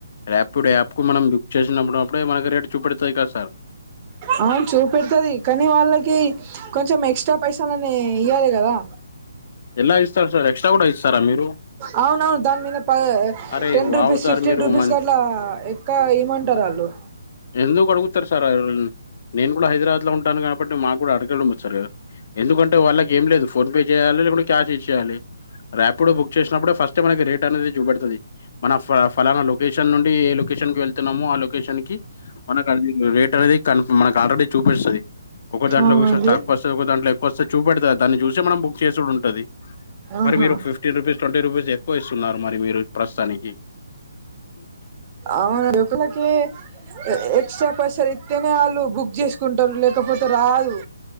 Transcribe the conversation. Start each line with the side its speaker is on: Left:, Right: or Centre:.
Left: రాపిడో యాప్ కు మనం బుక్ చేసినప్పు అప్పుడే మనక్ రేట్ చూపెడతది కద సార్
Right: అవున్ చూపెడుతది కనీ వాళ్ళకి కొంచెం ఎక్స్ట్రా పైసాలని ఇయ్వాలి గదా
Left: ఎలా ఇస్తారు సార్ ఎక్స్ట్రా కూడ ఇస్తారా మీరు
Right: అవునవును దాని మీద ప
Left: అరే
Right: ten
Left: wow
Right: rupees,
Left: sir
Right: fifteen
Left: మీరు
Right: రూపీస్
Left: మన్
Right: గట్లా ఎక్కువ ఇయమంటరు వాళ్ళు
Left: ఎందుకు అడుగుతరు సార్ ఆల్, నేను గూడ హైదరాబాద్ ల ఉంటాను గాబట్టి మాగ్గుడ అడగడం వచ్తది గద ఎందుకంటే వాళ్ళకి ఏం లేదు ఫోన్ పే జేయాల లేకుంటే క్యాష్ ఇచ్చేయాలి రాపిడో బుక్ జేసినప్పుడు ఫస్టే మనకి రేట్ అనేది చూపెడతది మన ఫ ఫలానా లొకేషన్ నుండి ఏ లొకేషన్ కి వెళ్తున్నామో ఆ లొకేషన్ కి మనకది రేట్ అనేది కన్ మనకి ఆల్రెడీ చూపిస్తది ఒక దాంట్ల
Right: అవునండి
Left: ఒకొక్సారి తక్వ వస్తది ఒకోక్దంట్ల ఎక్కువస్తది చూపెడతది దాన్ని జూసే మనం బుక్ చేసుడుం ది
Right: ఆహా
Left: మరి మీరు ఫ్ ఫిఫ్టీన్ రూపీస్, ట్వంటీ రూపీస్ ఎక్కువ ఇస్తున్నారు మరి మీరు ప్రస్తుతానికి
Right: అవును లోపలకి ఎ ఎక్స్ట్రా పైసలు ఇత్తెనే ఆళ్ళు బుక్ జెసుకుంటరు లేకపోతే రాదు